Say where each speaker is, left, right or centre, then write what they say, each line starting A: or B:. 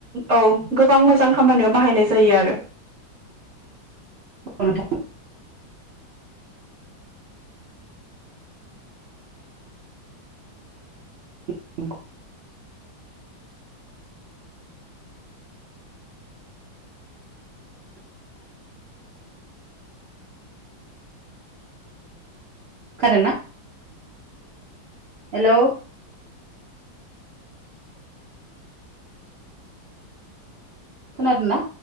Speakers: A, on the right (about 45°); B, on the right (about 60°).
A: औ गोबां मोजां खामानियाव बाहायनाय जायो आरो।
B: थ' नोंथां। <inaudible> कोदों ना हेल' खोनादोंना?